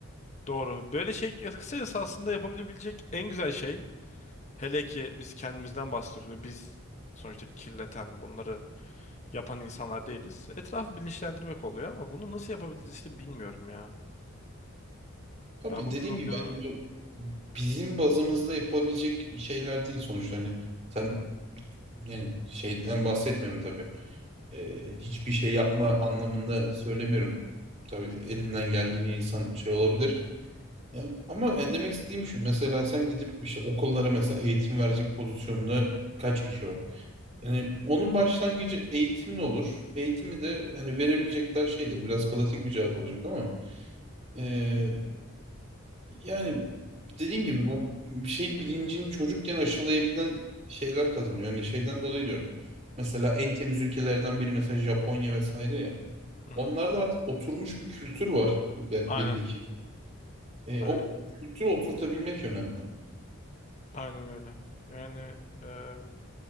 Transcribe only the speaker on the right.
Tabii
dediğim
gibi hani bu bizim bazımızda yapılabilecek şeyler değil sonuçta hani sen yani şeyden bahsetmiyorum tabii Ee, hiçbir şey yapma anlamında söylemiyorum tabii elinden geldiğince insan şey olabilir Ya, ama e, demek istediğim şu mesela sen gidip işte okullara mesela eğitim verecek pozisyonda kaç kişi var yani onun başlangıcı eğitimle olur eğitimi de hani verebilecekler şeydir biraz klasik bir cevap olacak ama e, yani dediğim gibi bu bir şey bilincini çocukken aşılayabilen şeyler kazanıyor. Hani şeyden dolayı diyorum. Mesela en temiz ülkelerden biri mesela Japonya vesaire ya.
Onlarda artık oturmuş bir kültür var be-
belli ki. E,
o kültürü oturtabilmek önemli.